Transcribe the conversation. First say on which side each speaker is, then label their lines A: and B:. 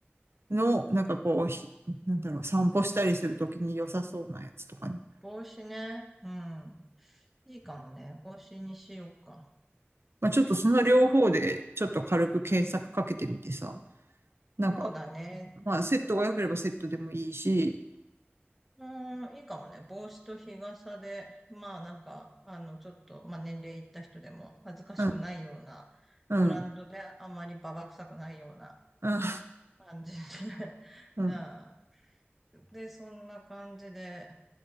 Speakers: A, on the right; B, in the centre.
A: の、なんかこう、なんだろう、散歩したりするときに良さそうなやつとかね。
B: 帽子ね。うん。いいかもね。帽子にしようか。
A: まあちょっとその両方で、ちょっと軽く検索かけてみてさ、なんか、
B: そうだね。
A: まあセットが良ければセットでもいいし、
B: うん、いいかもね。帽子と日傘で、まあなんか、あの、ちょっと、まあ年齢いった人でも恥ずかしくないような、
A: うん、うん、
B: ブランドであんまりババ臭くないような
A: うん、
B: 感じで、<laughs>
A: うん、
B: なあで、そんな感じで